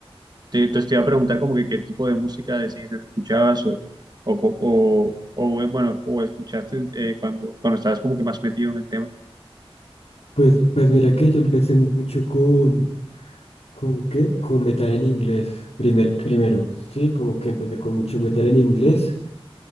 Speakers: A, on the right; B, on the left.
A: Te, entonces te iba a preguntar como que qué tipo de música de ese género escuchabas o, o, co- o, o, eh, bueno, o escuchaste eh, cuando, cuando estabas como que más metido en el tema.
B: Pues, pues mira que yo empecé mucho con, ¿con qué? Con metal en inglés. Primer, primero, sí, como que empecé con mucho metal en inglés.